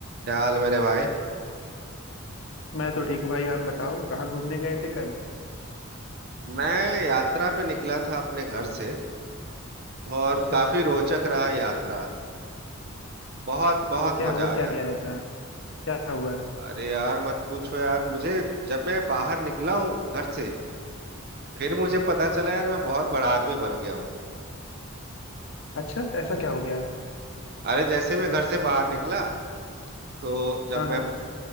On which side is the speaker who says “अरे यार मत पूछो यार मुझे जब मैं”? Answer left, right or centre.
Right